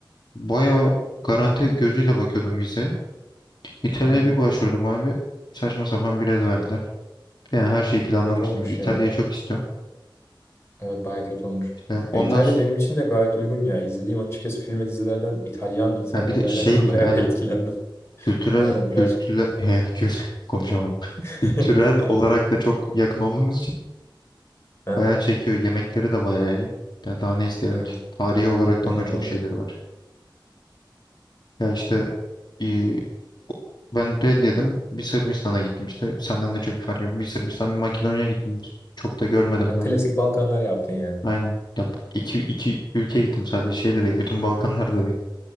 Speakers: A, on the left (about 60°); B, on the left (about 30°).
A: bayağı garanti gözüyle bakıyordum vizeye. İtalya'ya
B: Hı hı.
A: bir başvurdum abi. Saçma sapan bir red verdiler. Yani her şeyi planlamıştım.
B: Kötü olmuş
A: Bir İtalya'yı
B: ya.
A: çok istiyorum.
B: Evet bayağı kötü olmuş.
A: İşte ondan
B: Ya İtalya
A: sonra
B: benim için de gayet uygun ya. İzlediğim açıkçası film ve dizilerden İtalyan insanlarıyla
A: bir de şey
B: alakalı
A: bir
B: <laughs> bayağı
A: de aynen.
B: bir etkilendim.
A: Kültürel
B: Aynen birazcık.
A: kültüre <laughs> he, kül- konuşamadım.
B: <laughs>
A: <laughs> Kültürel olarak da çok yakın olduğumuz için
B: Aha,
A: bayağı çekiyor. Yemekleri de bayağı iyi. Ya daha ne isteyelim
B: evet
A: ki? Tarihi olaraktan
B: aynen
A: da çok
B: öyle.
A: şeyleri var. Ya işte e, ben red yedim. Bir Sırbistan'a gittim işte. Senden de çok bir fark yok. Bir Sırbistan, bir Makedonya gittim. Çok da görmedim
B: Yani
A: ben
B: klasik
A: de.
B: Balkanlar yaptın yani.
A: Aynen. Ya bu iki, iki ülkeye gittim sadece. Şey de değil. Bütün Balkanlar da değil.